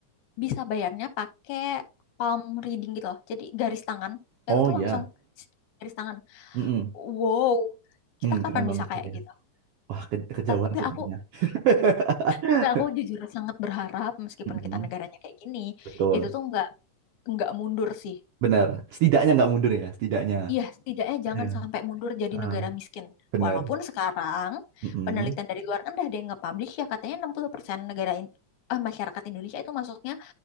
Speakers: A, on the left (about 75°); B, on the right (about 80°).
A: bisa bayarnya pakai palm reading gitu loh. Jadi garis tangan
B: Oh
A: itu tuh
B: iya,
A: langsung garis tangan.
B: Mm-mm.
A: Wow, kita
B: Mm,
A: kapan
B: keren banget,
A: bisa kayak gitu?
B: Wah, ke- kejauhan
A: Tapi
B: sih
A: aku
B: kayaknya. <laughs>
A: tapi aku jujur sangat berharap meskipun
B: Mm-mm,
A: kita negaranya kayak gini,
B: Betul.
A: itu tuh nggak nggak mundur sih.
B: Benar. Setidaknya nggak mundur ya, setidaknya.
A: Iya, setidaknya jangan
B: Iya.
A: sampai mundur jadi
B: Ah,
A: negara miskin.
B: benar.
A: Walaupun sekarang
B: Mm-mm.
A: penelitian dari luar kan udah ada yang nge-publish ya katanya 60% negara in- eh, masyarakat Indonesia itu masuknya